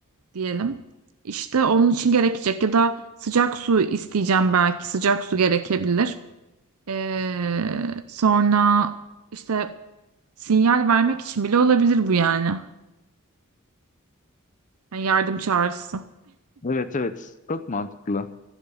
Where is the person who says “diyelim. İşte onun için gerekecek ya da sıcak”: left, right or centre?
Right